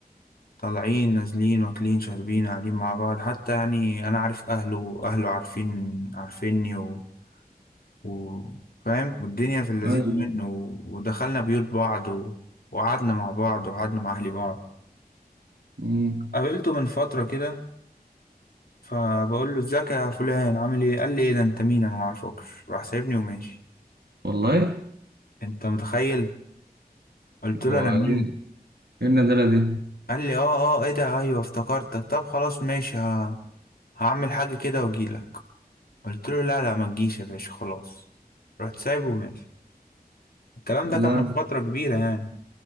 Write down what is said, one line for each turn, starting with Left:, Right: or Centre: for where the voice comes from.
Left: طالعين نازلين واكلين شاربين قاعدين مع بعض حتى يعني انا عارف اهله واهله عارفين عارفيني و... و... فاهم والدنيا في اللذيذ
Right: ايوه
Left: منه و... ودخلنا بيوت بعض و... وقعدنا مع بعض وقعدنا مع اهلي بعض
Right: مم.
Left: قابلته من فترة كده فبقول له ازيك يا فلان عامل ايه قال لي ايه ده انت مين انا ما اعرفكش راح سايبني وماشي
Right: والله
Left: انت متخيل قلت له
Right: هو
Left: انا مين
Right: ايه إيه الندالة دي
Left: قال لي اه اه ايه ده ايوه افتكرتك طب خلاص ماشي ه... هعمل حاجة كده واجيلك قلت له لا لا ما تجيش يا باشا خلاص رحت سايبه وماشي الكلام ده
Right: لا
Left: كان من فترة كبيرة يعني